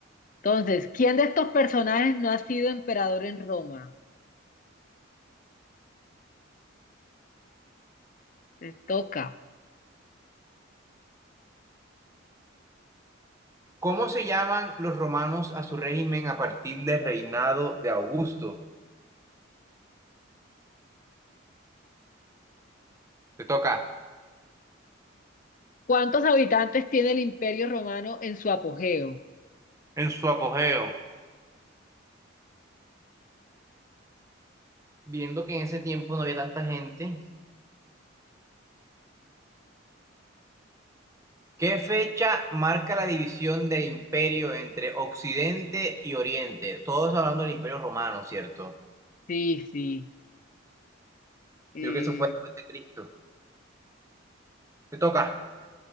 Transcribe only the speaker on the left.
Entonces, ¿quién de estos personajes no ha sido emperador en Roma? Te toca.
¿Cuántos habitantes tiene el Imperio Romano en su apogeo?
Sí, sí. Eh,